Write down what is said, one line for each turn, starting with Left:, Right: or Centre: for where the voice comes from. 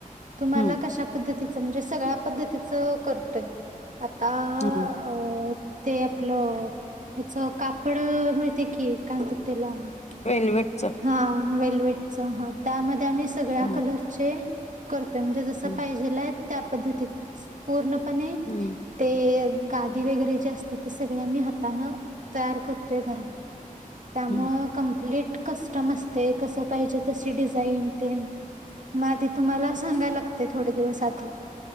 Right: तुम्हाला
Left: हम्म
Right: कश्या पद्धतीचं म्हणजे सगळ्या पद्धतीचं करतोय. आता
Left: हम्म
Right: अ ते आपलं ह्याच कापड अ मिळते कि काय म्हणतात त्याला
Left: वेलवेटच
Right: हा वेल्वेट च ह त्यामध्ये आम्ही सगळ्या
Left: हम्म
Right: कलरचे कर ते म्हणजे जस
Left: हम्म
Right: पाहिजे त्या पद्धतीत पूर्णपणे
Left: हम्म
Right: ते गादी वगैरे जे असतात ते सगळे आम्ही हातानं तयार करतोय घरात त्यामुळे
Left: हम्म
Right: कमप्लीट कस्टम असते कस पाहिजे तशी डिझाईन ते मग आधी तुम्हाला सांगायला लागते थोडे दिवस आधी